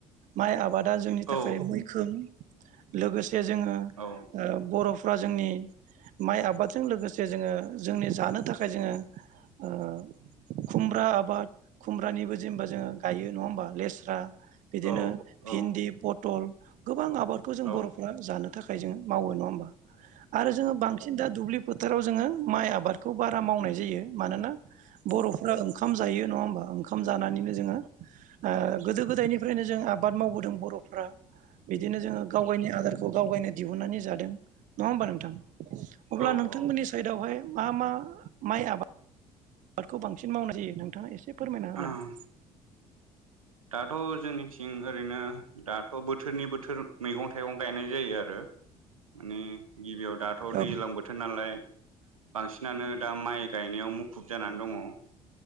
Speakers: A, on the right; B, on the right.
A: माइ आबाद दा जोंनि
B: औ
A: थाखाय मैखोम लोगोसे जोङो
B: औ
A: ओ बर'फ्रा जोंनि माइ आबादजों लोगोसे जोङो जोंनि जानो थाखाय जोङो ओ खुमब्रा <unintelligible> आबाद खुमब्रानिबो जेमबा जोङो गायो नङा होमबा लेस्रा बिदिनो
B: औ
A: भिन्दि
B: औ
A: पटल गोबां आबादखौ जों
B: औ
A: बर'फ्रा जानो थाखाय जोङो मावो नङा होमबा आरो जोङो बांसिन दा दुब्लि फोथाराव जोङो माइ आबादखौ बारा मावनाय जायो मानोना बर'फ्रा ओंखाम ज जायो नङा होमबा ओंखाम जानानैनो जोङो ओ गोदो गोदायनिफ्रायनो जों आबाद मावबोदों बर'फ्रा बिदिनो जोङो गाव गायनि आदारखौ गावगायनो दिहुननानै जादों नङा होमबा नोंथां? अब्ला
B: औ
A: नोंथांमोननि
B: औ
A: साइदआवहाय मा मा माइ आबा <unintelligible> <unintelligible> दखौ बांसिन मावनाय जायो नोंथाङा एसे फोरमायना होलाय
B: औ दाथ' जोंनिथिं ओरैनो दाथ' बोथोरनि बोथोर मैगं थाइगं गायनाय जायो आरो माने गिबियाव दाथ'
A: औ
B: दैलां बोथोर नालाय बांसिनानो दा माइ गायनायाव मुख खुब जानानै दङ'